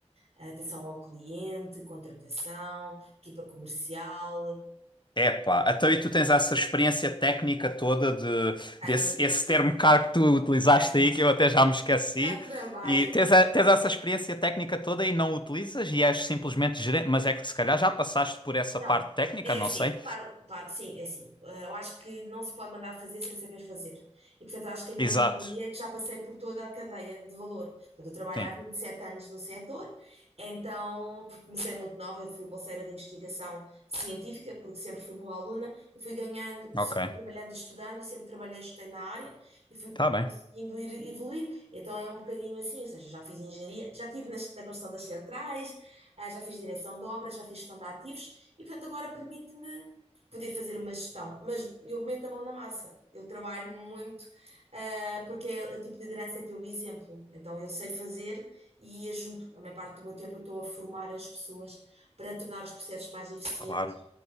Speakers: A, on the right (about 60°); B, on the left (about 40°).
A: atenção ao cliente, contratação, equipa comercial.
B: Epá, então e tu tens essa experiência técnica toda de,
A: Tenho,
B: desse esse termo caro que tu utilizaste
A: tenho.
B: aí, que eu até já me esqueci,
A: Já trabalho,
B: e tens, a- tens essa experiência técnica toda e não utilizas e és simplesmente gerente, mas é que se calhar já passaste por essa
A: Não,
B: parte técnica,
A: é
B: não
A: assim,
B: sei.
A: claro, claro que sim, é assim. Eh, Eu acho que não se pode mandar fazer sem saber fazer. E, portanto, acho que a minha
B: Exato,
A: mais-valia é que já passei por toda a cadeia de valor. Portanto, eu trabalho
B: sim,
A: há 27 anos no setor, então, porque comecei muito nova, eu fui bolseira de investigação científica, porque sempre fui boa aluna, e fui ganhando, fui
B: ok,
A: trabalhando e estudando, e sempre trabalhei, e estudei na área, e fui
B: tá bem,
A: conseguindo ir evoluir. Então, é um bocadinho assim, ou seja, já fiz engenharia, já estive na, na construção das centrais, ah, já fiz direção de obras, já fiz gestão de ativos, e portanto agora permite-me poder fazer uma gestão, mas eu meto a mão na massa, eu trabalho muito, ah, porque é, o tipo de liderança é pelo exemplo, então eu sei fazer e ajudo, a maior parte do meu tempo eu estou a formar as pessoas para tornar os processos mais eficientes
B: claro.